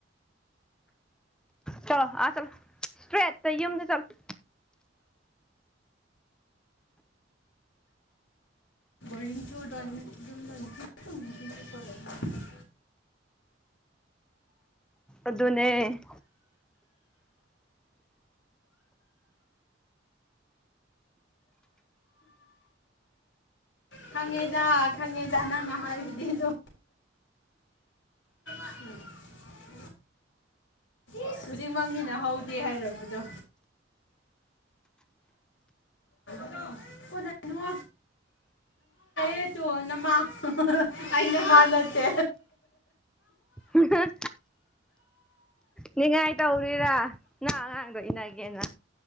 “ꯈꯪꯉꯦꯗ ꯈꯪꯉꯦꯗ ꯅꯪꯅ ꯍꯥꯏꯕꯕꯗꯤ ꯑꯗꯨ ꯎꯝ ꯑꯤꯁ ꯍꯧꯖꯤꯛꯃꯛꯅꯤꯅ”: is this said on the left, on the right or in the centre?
Left